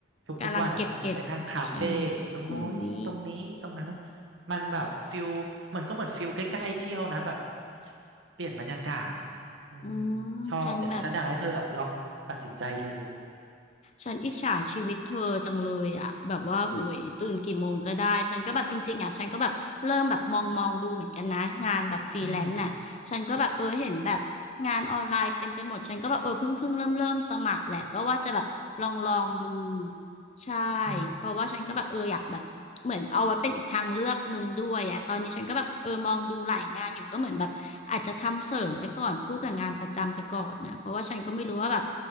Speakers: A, on the right; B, on the left.
A: ทุกๆวันอ่ะฉันจะไปนั่งคาเฟ่ตรงนู้นตรงนี้ตรงนั้นนะ
B: กำลังเก็บเก็บใช่ไหมอุ้ย
A: มันแบบฟิลมันก็เหมือนฟิลใกล้ๆเที่ยวนะแบบเปลี่ยนบรรยากาศอ่ะอืม
B: อืม
A: ชอบเนี่ยฉันอยากให้เธออะลองตัดสินใจดู
B: ฉันแบบ ฉันอิจฉาชีวิตเธอจังเลยอ่ะแบบว่าห้ยตื่นกี่โมงก็ได้ฉันก็แบบจริงๆอ่ะฉันก็แบบเริ่มแบบมองมองดูเหมือนกันนะงานแบบฟรีแลนซ์น่ะฉันก็แบบเออเห็นแบบงานออนไลน์เต็มไปหมดฉันก็แบบเออเพิ่งเพิ่งเริ่มเริ่มสมัครแหละก็ว่าจะแบบลองลองดู
A: อืม
B: ใช่
A: อื
B: เพราะว่าฉันก็แบบเอออยากแบบเหมือนเอาไว้เป็นอีกทางเลือกหนึ่งด้วยอ่ะตอนนี้ฉันก็แบบเออมองดูหลายงานอยู่ก็เหมือนแบบอาจจะทำเสริมไปก่อนคู่กับงานประจำไปก่อนนะเพราะว่าฉันก็ไม่รู้ว่าแบบ